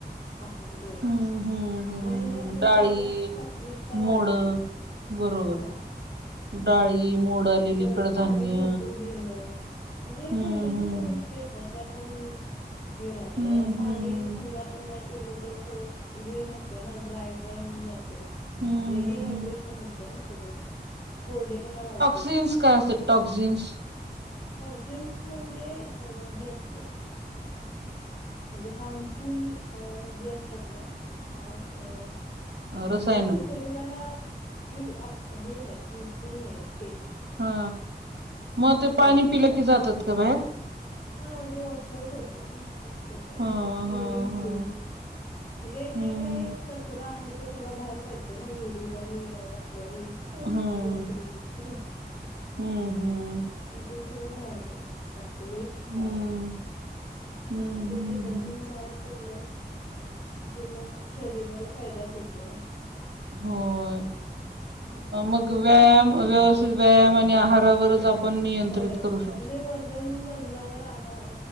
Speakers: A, on the left; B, on the right.
A: आहार घ्यायचा
B: हम्म हम्म हम्म
A: म याने
B: हम्म
A: आपल्या
B: डाळी
A: शरीरात सात्विकता
B: मोड
A: वाढते.
B: बरोबर
A: हा
B: डाळी, मोड आलेली
A: परत
B: कडधान्य
A: पाणी भरपूर घेणं म्हणजे या
B: हम्म
A: छोट्या छोट्या
B: हम्म
A: गोष्टी आहेत ना ते आपण हे राहतात
B: हम्म
A: आता पाणी
B: हम्म हम्म
A: समजा आपण नाही पिलं तर सगळं हे राहतय ना ड्राय ड्राय होऊन जातय
B: हम्म
A: रे
B: हम्म
A: डिहायड्रेशन होते ना सगळं कोरडे पणा वाढ
B: सीन्स काय असतं टोक्सिन्स
A: टॉकझिंस म्हणजे अ हे असतं म्हणजे हार्मफुल अ जे असतात ना हा अ
B: रसायन
A: म्हणजे आपल्या शरीराला हे नाही युजफुल नाही आहेत ते
B: हा म ते
A: टॉक्झिन्स.
B: पाणी पिलं की जातात का बाहेर?
A: हा म्हणजे वॉश आउट होतात ना एक प्रकारे
B: ह
A: युरिन
B: ह ह
A: थ्रू म्हणजे जे
B: हम्म
A: काय कचरा आहे तो सगळा बाहेर काढते ना यु रीन आणि आपलं हे
B: हम्म
A: वॉशरूम थ्रू
B: हम्म हं
A: मग ते सगळं बाहेर पड टाकते वेस्ट
B: हम्म
A: काय हाय ते
B: हम्म
A: म ते
B: हम्म
A: तेच्यात
B: हम्म
A: ऊन बाहेर पडलं की मग शरीराला फायदाच होतो ना
B: होय
A: असं रोज
B: मग व्यायाम
A: तीस मिनिटं
B: व्यवस्थित
A: का होईना
B: व्यायाम
A: चालणं
B: आणि आहारावरच आपण नियंत्रित
A: होय
B: करू शक
A: म्हणजे वजन वजनावर आहार